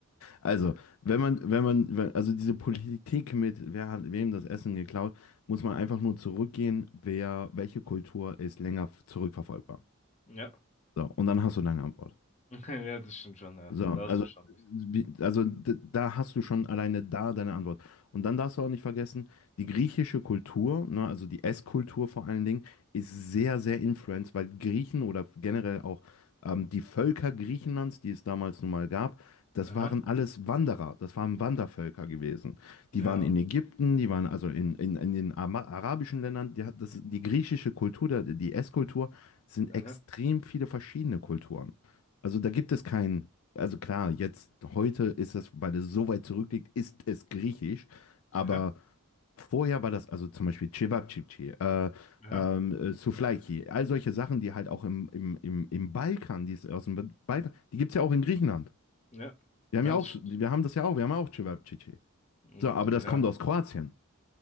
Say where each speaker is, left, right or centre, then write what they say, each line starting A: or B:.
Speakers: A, on the left; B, on the left.
A: Also,
B: Mhm.
A: wenn man, wenn man, wenn, also diese Politik mit, wer hat wem das Essen geklaut, muss man einfach nur zurückgehen, wer, welche Kultur ist länger f- zurückverfolgbar.
B: Ja.
A: So, und dann hast du deine Antwort.
B: <laughs> Ja, das stimmt schon, ja.
A: So,
B: Da
A: Mhm.
B: hast
A: also,
B: du schon recht.
A: wie- also d- da hast du schon alleine da deine Antwort. Und dann darfst du auch nicht vergessen, die griechische Kultur, ne, also die Esskultur vor allen Dingen, ist sehr, sehr influenced, weil Griechen oder generell auch ähm, die Völker Griechenlands, die es damals nun mal gab, das
B: Aha.
A: waren alles Wanderer, das waren Wandervölker gewesen.
B: Ja.
A: Die waren in Ägypten, die waren also in, in, in den Ama- arabischen Ländern. Die, hat- das, die griechische Kultur, der- die Esskultur, sind extrem
B: Aha.
A: viele verschiedene Kulturen. Also da gibt es keinen also klar, jetzt heute ist das, weil es so weit zurückliegt, ist es griechisch, aber
B: Aha.
A: vorher war das, also zum Beispiel Cevapcici, äh,
B: Aha.
A: ähm, äh, Souvlaki, all solche Sachen, die halt auch im, im, im, im Balkan, die ist aus dem Balkan, die gibt es ja auch in Griechenland.
B: Ja.
A: Wir
B: Ja,
A: haben ja auch,
B: das stimmt.
A: wir haben das ja auch, wir haben ja auch Cevapcici.
B: Und
A: So, aber das
B: ja,
A: kommt aus Kroatien.